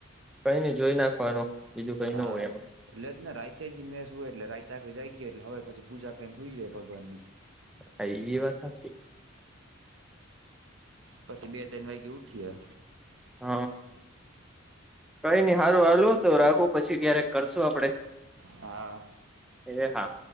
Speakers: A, in the centre; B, on the right.
A: કઈ નઈ જોઈ નાખવાનું બીજું કઈ
B: હા
A: નો હોય એમ.
B: એટલે જ ને રાઈતે ઈમેસ હોય એટલે રાઈતે આખે જાઈ ગ્યે એટલે હવારે પછી પૂજા કઈને હોઈ જાય ભગવાનની.
A: અ એ વાત હાચી.
B: પછી બે ત્રણ વાગે ઉઠીયે.
A: હ કઈ નઈ સારું હાલો તો રાખો પછી ક્યારેક કરશું આપડે.
B: હા.
A: એ હા.